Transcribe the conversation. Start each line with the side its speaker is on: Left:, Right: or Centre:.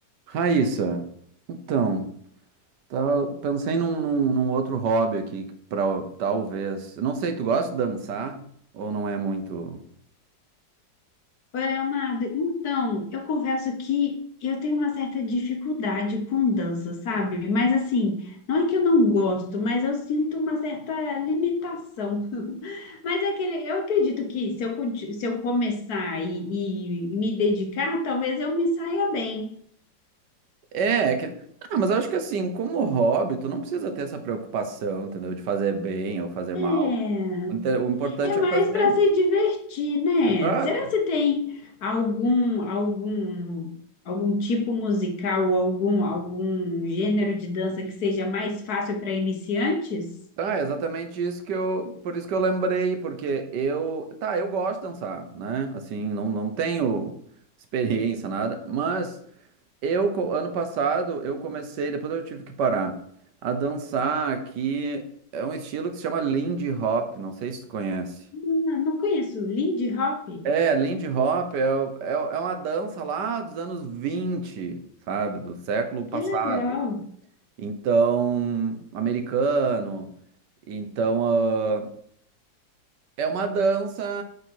Right: Raíssa, então, tava- pensei num, num- num outro hobby aqui, pra, talvez. Não sei, tu gosta de dançar? Ou não é muito.
Left: Oi, Leonardo. Então, eu confesso que eu tenho uma certa dificuldade com dança, sabe? Mas assim, não é que eu não gosto, mas eu sinto uma certa limitação. <laughs> Mas é aquele, eu acredito que se eu, conti- se eu começar e, e me dedicar, talvez eu me saia bem.
Right: É, é que. Ah, mas eu acho que assim, como hobby, tu não precisa ter essa preocupação, entendeu? De fazer bem ou fazer
Left: É.
Right: mal. O inte- o importante
Left: É
Right: é
Left: mais
Right: fazer.
Left: para se divertir, né?
Right: Exato.
Left: Será se tem algum algum algum tipo musical ou algum algum gênero de dança que seja mais fácil para iniciantes?
Right: Tá, é exatamente isso que eu. Por isso que eu lembrei, porque eu. Tá, eu gosto de dançar, né? Assim, não, não tenho experiência, nada, mas. Eu, co- ano passado, eu comecei, depois eu tive que parar, a dançar aqui. É um estilo que se chama Lindy Hop, não sei se tu conhece.
Left: Não, não conheço. Lindy Hop?
Right: É, Lindy Hop é, o- é, o- é uma dança lá dos anos vinte sabe? Do século passado.
Left: Que legal.
Right: Então, americano. Então, ah, é uma dança.